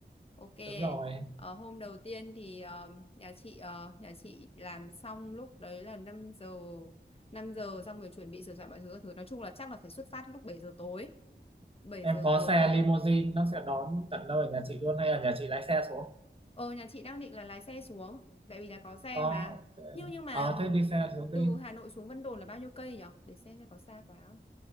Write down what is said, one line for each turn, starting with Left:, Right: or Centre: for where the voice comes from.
Left: Ok.
Right: Đúng rồi.
Left: Ờ, hôm đầu tiên thì ờ, nhà chị ờ, nhà chị làm xong lúc đấy là năm giờ năm giờ xong rồi chuẩn bị sửa soạn mọi thứ các thứ nói chung là chắc là phải xuất phát lúc bảy giờ tối bảy
Right: em
Left: giờ
Right: có
Left: tối
Right: xe limousine nó sẽ đón tận nơi ở nhà chị luôn hay là nhà chị lái xe xuống
Left: ờ nhà chị đang định là lái xe xuống tại vì là có xe
Right: có
Left: mà
Right: ok.
Left: nhưng nhưng mà
Right: ờ thế đi xe xuống
Left: từ
Right: đi
Left: Hà Nội xuống Vân Đồn là bao nhiêu cây nhỉ để xem xem có xa quá không